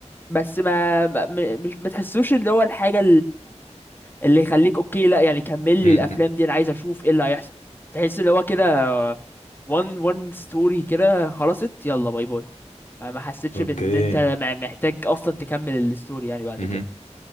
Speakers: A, on the left (about 15°); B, on the left (about 85°).
A: بس ما ما- م- مش ما تحسوش اللي هو الحاجه اللي يخليك اوكي لا يعني كمل
B: مم.
A: لي الافلام دي انا عايز اشوف ايه اللي هيحصل تحس اللي هو كده وان وان ستوري كده خلصت يلا باي باي ما حسيتش
B: اوكي
A: بان انت مع- محتاج اصلا تكمل الستوري يعني بعد
B: مهم.
A: كده